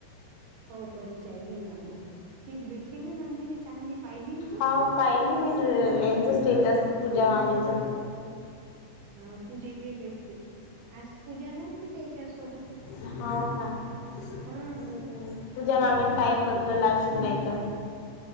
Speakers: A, on the right; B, on the left.
A: हो परिचय नाही लावला किट भेटली ना नंदिनी चांगली पाहिली ना तू
B: हा पाहिली मी यांचं स्टेटस पूजा मामीच
A: हा पूजेले भेटले आज पूजा नव्हती त्याच्यासोबत
B: ठवका ्
A: हा.
B: तूझ्या मामी टाइम बदललावशित नाही तर